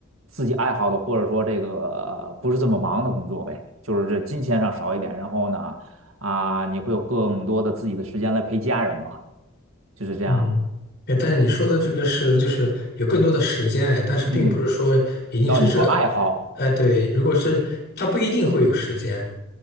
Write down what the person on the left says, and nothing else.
嗯，哎，但是你说的这个是就是有更多的时间，哎，但是并不是说一定是这，
哎，对，如果是他不一定会有时间，